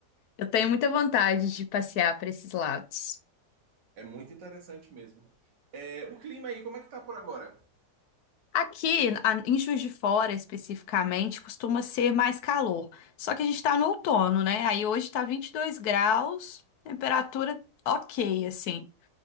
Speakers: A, on the left (about 70°); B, on the right (about 80°).
A: eu tenho muita vontade de passear para esses lados.
B: É muito interessante mesmo. É, o clima aí, como é que tá por agora?
A: Aqui, a- em Juiz de Fora especificamente, costuma ser mais calor. Só que a gente está no outono, né? Aí hoje está 22 graus, temperatura ok, assim.